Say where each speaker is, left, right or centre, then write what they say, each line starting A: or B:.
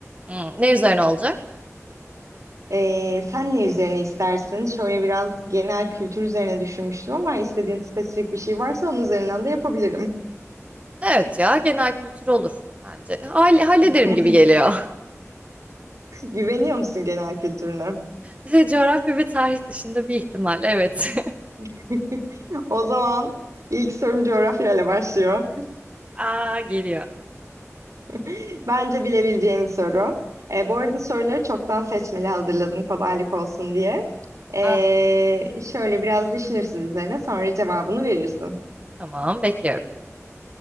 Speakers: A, on the right; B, on the right.
A: Hmm, ne üzerine olacak?
B: E, sen ne üzerine istersin? Şöyle biraz genel kültür üzerine düşünmüştüm ama istediğin spesifik bir şey varsa onun üzerinden de yapabilirim.
A: Evet ya genel kültür olur bence. Hall- hallederim
B: <laughs>
A: gibi geliyor.
B: Güveniyor musun genel kültürüne?
A: <laughs> Coğrafya ve tarih dışında bir ihtimal evet.
B: <laughs> O zaman ilk sorum coğrafyayla başlıyor.
A: <laughs> Aa geliyor.
B: <laughs> Bence bilebileceğim bir soru. E, bu arada soruları çoktan seçmeli hazırladım kolaylık olsun diye. E,
A: Ah
B: şöyle biraz düşünürsün üzerine sonra cevabını verirsin.
A: tamam bekliyorum.